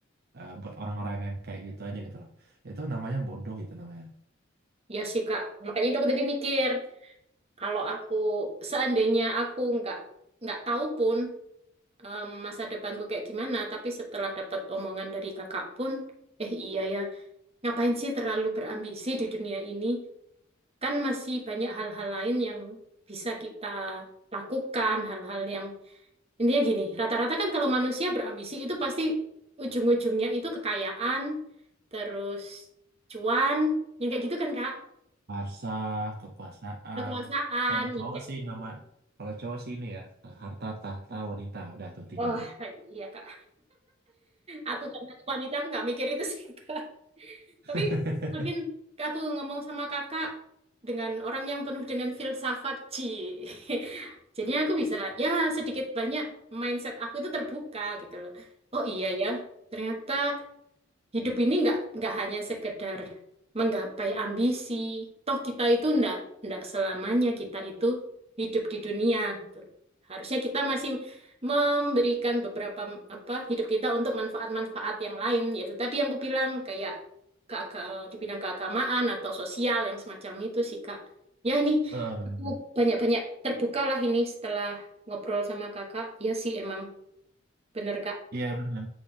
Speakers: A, on the right; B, on the right.
A: eh, buat orang-orang yang kayak gitu aja gitu loh. Itu namanya bodoh itu namanya.
B: Iya sih Kak. Makanya itu aku tadi mikir kalau aku seandainya aku nggak nggak tahu pun em, masa depanku kayak gimana, tapi setelah dapat omongan dari kakak pun, eh iya ya, ngapain sih terlalu berambisi di dunia ini? Kan masih banyak hal-hal lain yang bisa kita lakukan, hal-hal yang Intinya gini, rata-rata kan kalau manusia berambisi itu pasti ujung-ujungnya itu kekayaan, terus cuan, yang kayak gitu kan Kak?
A: Kuasa, kekuasaan.
B: Kekuasaan,
A: Kalau cowok
B: yang kayak
A: sih
B: gitu.
A: nama, kalau cowok sih ini ya, harta, tahta, wanita. Udah tuh tiga
B: Wah,
A: tuh.
B: iya Kak. Aku karena aku wanita, aku nggak mikir itu sih Kak. <laughs>
A: <laughs>
B: Tapi makin aku ngomong sama Kakak dengan orang yang penuh dengan filsafat, Ci. <laughs> Jadinya aku bisa, ya sedikit banyak mindset aku itu terbuka gitu loh. Oh iya ya, ternyata hidup ini nggak nggak hanya sekedar menggapai ambisi. Toh kita itu ndak ndak selamanya kita itu hidup di dunia gitu. Harusnya kita masih memberikan beberapa m- apa hidup kita untuk manfaat-manfaat yang lain, yaitu tadi yang aku bilang kayak keaga- di bidang keagamaan atau sosial yang semacam itu sih Kak. Ya ini
A: Eh, benar.
B: aku banyak-banyak terbukalah ini setelah ngobrol sama Kakak. Ya sih emang bener Kak.
A: Iya benar.